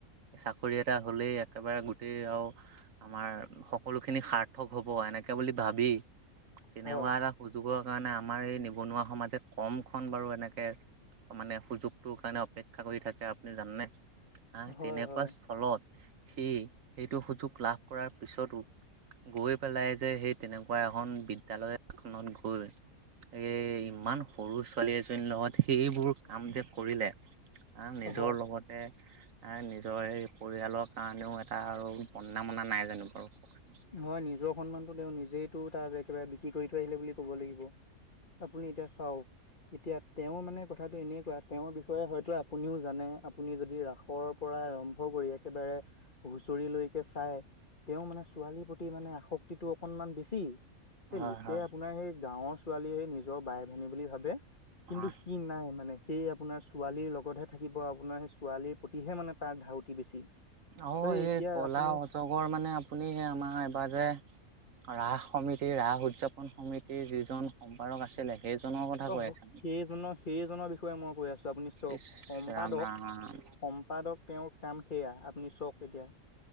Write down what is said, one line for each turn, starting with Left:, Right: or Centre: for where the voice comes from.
Right: চাকৰি এটা হ'লেই একেবাৰে গোটেই আৰু আমাৰ সকলোখিনি সাৰ্থক হ'ব এনেকে বুলি ভাবি তেনেকুৱা
Left: হয়
Right: এটা সুযোগৰ কাৰণে আমাৰ এই নিবনুৱা সমাজে কমখন বাৰু এনেকে মানে সুযোগটোৰ কাৰণে অপেক্ষা কৰি থাকে আপুনি জানেনে? হা,
Left: হয়
Right: তেনেকুৱা
Left: হয়
Right: স্থলত সি সেইটো সুযোগ লাভ কৰাৰ পিছতো গৈ পেলাই যে সেই তেনেকুৱা এখন বিদ্যালয়খনত গৈ এই ইমান সৰু ছোৱালী এজনীৰ লগত সেইবোৰ কাম যে কৰিলে আ, নিজৰ
Left: হয়
Right: লগতে এ, নিজৰ এই পৰিয়ালৰ কাৰণেও এটা আৰু বদনাম অনা নাই জানো বাৰু কওকচোন?
Left: হয় নিজৰ সন্মানটো তেওঁ নিজেইটো তাত একেবাৰে বিক্ৰী কৰি থৈ আহিলে বুলি ক'ব লাগিব। আপুনি এতিয়া চাওক এতিয়া তেওঁ মানে কথাটো এনেকুৱা, তেওঁৰ বিষয়ে হয়তো আপুনিও জানে আপুনি যদি ৰাসৰ পৰা আৰম্ভ কৰি একেবাৰে হুচৰিলৈকে চাই, তেওঁ মানে ছোৱালীৰ প্ৰতি মানে আসক্তিটো অকনমান বেছি, সেই
Right: হয়
Left: লোকে
Right: হয়
Left: আপোনাৰ সেই গাঁৱৰ ছোৱালীয়ে নিজৰ বাই ভনী বুলি ভাবে কিন্তু
Right: অ
Left: সি নাই মানে সি আপোনাৰ ছোৱালীৰ লগতহে থাকিব আপোনাৰ, সেই ছোৱালীৰ প্ৰতিহে মানে তাৰ ধাউতি বেছি।
Right: অ' এই
Left: এতিয়া
Right: কলা
Left: আপুনি
Right: অজগৰ মানে আপুনি সেই আমাৰ এবাৰ যে ৰাস সমিতিৰ, ৰাস উদযাপন সমিতিৰ যিজন সম্পাদক আছিলে
Left: <unintelligible>
Right: সেইজনৰ কথা কৈ আছে।
Left: সেইজনৰ সেইজনৰ বিষয়ে মই কৈ আছোঁ, আপুনি চক
Right: ইচ
Left: সম্পাদক
Right: ৰাম ৰাম
Left: সম পাদক তেওঁৰ কাম সেয়া, আপুনি চাওক এতিয়া।